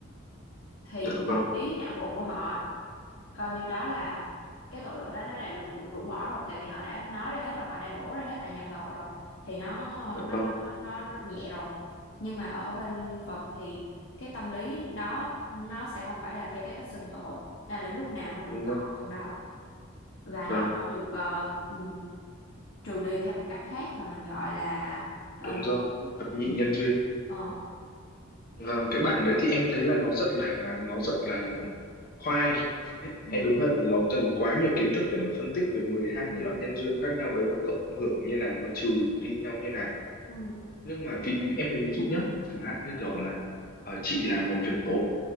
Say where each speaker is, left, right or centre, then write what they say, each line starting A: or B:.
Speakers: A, on the left; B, on the left.
A: thì
B: dạ
A: tâm
B: vâng
A: lý não bộ của họ coi như đó là cái tội lỗi đó nó đã được rũ bỏ rồi tại vì họ đã nói ra hết rồi họ đã đổ ra hết tại nhà thờ họ rồi thì nó
B: dạ
A: Ừ. nó
B: vâng
A: nó, nó nhẹ rồi nhưng mà ở bên Phật thì cái tâm lý đó nó sẽ không phải là theo cái cách xưng tội nên là lúc nào nó cũng
B: đúng
A: có
B: rồi
A: trong đó và
B: vâng
A: nó, nó được ờ, ừ, trừ đi theo một cách khác mà mình gọi là ờ,
B: đúng
A: nhân
B: rồi
A: quả.
B: thập nhị nhân duyên
A: ờ,
B: vâng cái bảng đấy thì em thấy là nó rất là nó rất là khoai
A: ừ,
B: hay đúng hơn là nó cần quá nhiều kiến thức để mà phân tích về mười hai
A: ừ,
B: cái loại nhân duyên khác nhau đấy nó cộng hưởng như nào nó trừ đi nhau như nào
A: ừ,
B: nhưng mà vị em lấy ví dụ nhé chẳng hạn như kiểu là ờ, chị làm một việc tốt